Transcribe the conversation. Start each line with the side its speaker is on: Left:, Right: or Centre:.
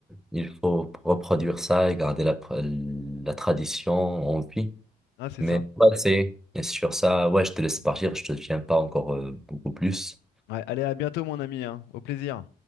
Centre: qu'il faut reproduire ça et garder la, la tradition en vie.
Left: Ah, c'est
Centre: Mais
Left: ça.
Centre: ouais, c'est et sur ça, ouais, je te laisse partir, je te tiens pas encore euh, beaucoup plus.
Left: Ouais, allez, à bientôt mon ami, hein. Au plaisir.